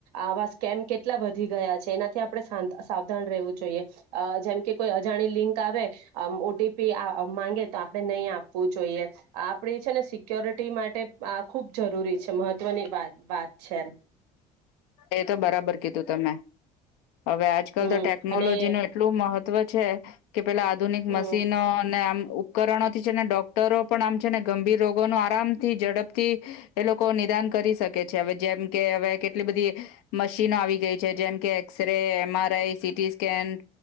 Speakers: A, on the right (about 85°); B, on the left (about 80°).
A: આવા સ્કેમ કેટલા વધી ગયા છે. એનાથી આપ આપણે સાવ સાવધાન રહેવું જોઈએ. અ જેમ કે કોઈ અજાણી લિંક આવે. આમ ઓટી પિ માંગે તો આપણે નહીં આપવું જોઈએ. આપણે છે ને સિક્યોરિટી માટે આ ખૂબ જરૂરી છે મહત્વની વાત વાત છે
B: એ તો બરાબર કીધું તમે હવે આજકાલ
A: હમ
B: તો ટેકનોલોજી
A: અને
B: ન એટલું મહત્વ તવ છે. કે પેલા આધુનિક
A: હમ
B: મશીનોને આમ ઉપકરણોથી છે ને ડોક્ટરો પણ આમ છે ને ગંભીર રોગો ન આરામ થી ઝડપથી એ લોકો નિદાન કરી શકે છે હવે જેમ કે હવે. કેટલી બધી મશીનો આવી ગઈ છે. જેમ કે X ray, M R I CT scan